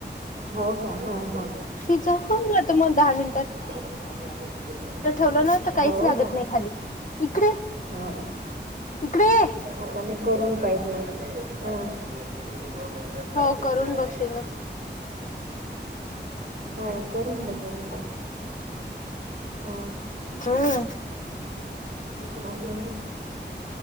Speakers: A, on the right; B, on the left.
A: हो का हा हा..
B: पिझ्झा होऊन जातो मग दहा मिनिटात.
A: म्हणून आम्ही आता फिगर कर
B: ठेवलं ना तर काहीच
A: हो
B: लागत
A: का
B: नाही खाली इकडे
A: हो
B: इकडे ये
A: आता मी करून पाहित म हा चारशे
B: हो
A: रुपये
B: करून
A: आले
B: बघशील ना
A: हा करून बघेन मी हा
B: हम्म
A: हा हो